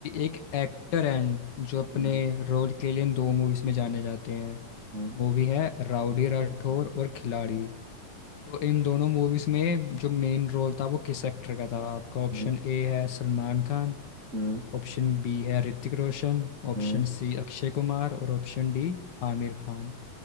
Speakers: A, on the left; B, on the right.
A: एक एक्टर हैं जो अपने
B: हम्म
A: रोल के लिए इन दो मूवीज में जाने जाते हैं
B: हम्म
A: मूवी है राउडी राठौर और खिलाड़ी
B: हम्म,
A: तो इन दोनों मूवीज में जो मेन रोल था वो किस एक्टर का था आपका ऑप्शन
B: हम्म,
A: ए है सलमान खान
B: हम्म,
A: ऑप्शन बी है ऋतिक रोशन ऑप्शन
B: हम्म।
A: सी अक्षय कुमार और option D Aamir Khan